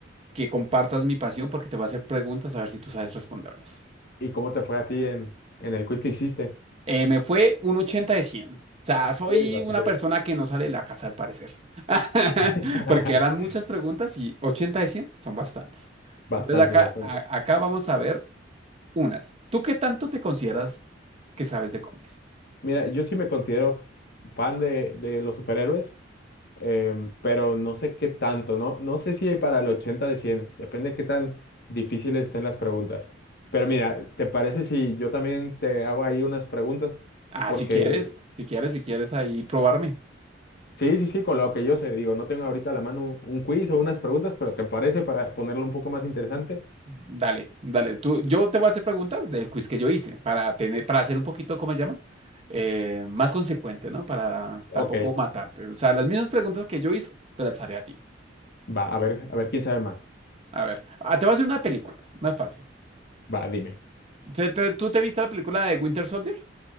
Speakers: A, on the right (about 35°); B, on the left (about 60°).
A: que compartas mi pasión porque te voy a hacer preguntas a ver si tú sabes responderlas.
B: ¿Y cómo te fue a ti en, en el quiz que hiciste?
A: Eh, me fue un ochenta de cien, O sea, soy
B: Uy, bastante
A: una persona
B: bien.
A: que no sale de la casa al parecer. <laughs>
B: <laughs>
A: Porque eran muchas preguntas y 80 de 100 son bastantes.
B: Bastantes,
A: Entonces acá,
B: bastantes.
A: a- acá vamos a ver Unas. ¿Tú qué tanto te consideras que sabes de cómics?
B: Mira, yo sí me considero fan de, de los superhéroes, em, pero no sé qué tanto, ¿no? No sé si para el 80 de 100. depende de qué tan difíciles estén las preguntas. Pero mira, ¿te parece si yo también te hago ahí unas preguntas?
A: Ah,
B: Porque
A: si quieres, si quieres, si quieres ahí probarme.
B: sí, sí, sí, con lo que yo sé, digo, no tengo ahorita a la mano un un quiz o unas preguntas, pero ¿te parece para ponerlo un poco más interesante?
A: Dale, dale. Tú, yo te voy a hacer preguntas del quiz que yo hice para tener, para hacer un poquito, ¿cómo se llama? Eh, más consecuente, ¿no? Para
B: Ok.
A: tampoco matarte. O sea, las mismas preguntas que yo hice, te las haré a ti.
B: Va, a ver, a ver quién sabe más.
A: A ver, ah, te voy a hacer una de películas, una fácil.
B: Va, dime.
A: ¿Te- te- ¿Tú te viste la película de Winter Soldier?